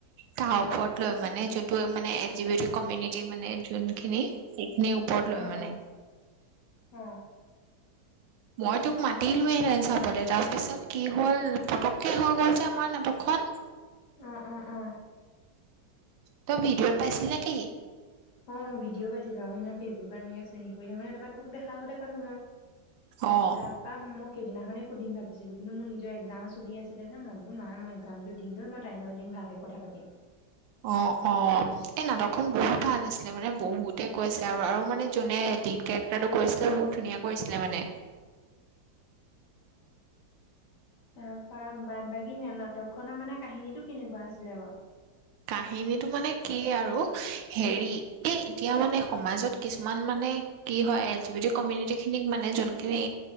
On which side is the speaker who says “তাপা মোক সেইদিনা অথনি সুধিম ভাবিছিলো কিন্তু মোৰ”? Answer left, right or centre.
Left